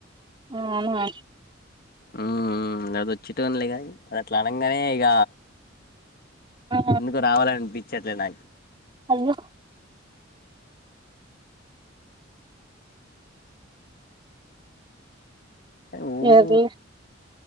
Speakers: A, on the right; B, on the left.
A: అవునా
B: మ్ మ్ లేపోతే వచ్చేటోన్ని లేగాని అది అట్లా అనంగానే ఇగ
A: ఆ
B: ఎందుకో రావాలనిపించట్లే నాకు
A: అయ్యో
B: ఓ
A: ఏది